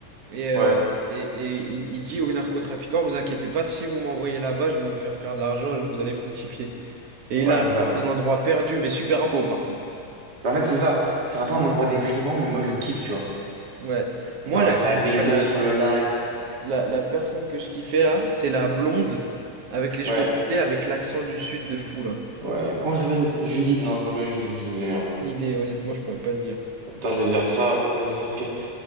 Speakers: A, on the right; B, on the right.
A: Et, euh,
B: Ouais,
A: et, et il, il dit aux narcotrafiquants, vous inquiétez pas, si vous m'envoyez là-bas, je vais vous faire faire de l'argent, je vous allez fructifier. Et
B: ouais,
A: il arrive
B: c'est ça.
A: dans un endroit perdu, mais super beau par contre.
B: En fait, c'est ça. C'est un peu un endroit déprimant, mais moi, je kiffe, tu vois.
A: Ouais.
B: Genre
A: Moi, la,
B: avec la maison
A: la,
B: sur le lac.
A: la, la personne que je kiffais là, c'est la blonde avec les
B: Ouais,
A: cheveux bouclés, avec l'accent du sud de fou là.
B: ouais. Comment ça s'appelle? Judith. Non, je pas pas Judith, Judith le mien.
A: L'idée, honnêtement, je pourrais pas te dire.
B: Attends, je vais dire ça aux orchestres.